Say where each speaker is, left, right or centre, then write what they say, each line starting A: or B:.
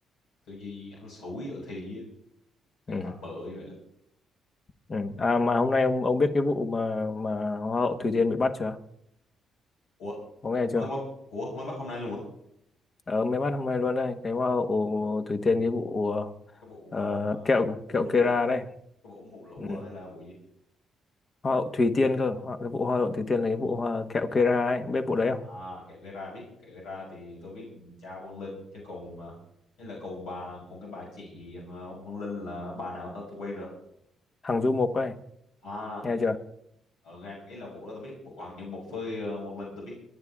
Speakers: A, on the left (about 85°); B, on the left (about 35°).
A: tư duy ăn xủi ở thi á, cái
B: Ừ.
A: tập bợ như vậy
B: Ừ. à mà hôm nay ông ông biết cái vụ mà mà hoa hậu Thủy Tiên bị bắt chưa
A: ủa
B: có nghe chưa
A: mới, mới, ủa mới bắt hôm nay luôn hả
B: ờ mới bắt hôm nay luôn đây cái hoa hậu Thủy Tiên cái vụ
A: cái vụ
B: ờ,
A: mà
B: kẹo
A: vụ
B: kẹo
A: lũ
B: Kera
A: à
B: đấy
A: cái vụ ủng hộ lũ
B: ừ.
A: à hay là vụ gì
B: hoa hậu Thủy Tiên cơ hoa, cái vụ hoa hậu Thủy Tiên là cái vụ hoa kẹo Kera ấy biết vụ đấy không
A: à kẹo gây ra biết kẹo gây ra thì tôi biết cha Quang Linh chứ còn à, ấy là còn bà còn cái bà chị à, ông Quang Linh là bà nào ta tôi quên nữa
B: thằng Du Mục ấy
A: à
B: nghe
A: hình như-
B: chưa
A: ở ngay cái là vụ đó tôi biết vụ Hoàng như một với à, Quang Linh tôi biết